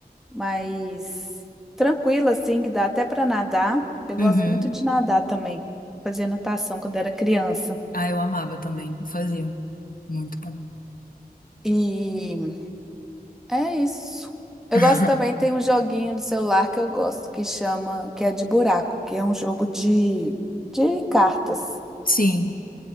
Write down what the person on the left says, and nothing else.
Uhum.
Ah, eu amava também. eu Fazia. Muito bom.
<laughs>
Sim.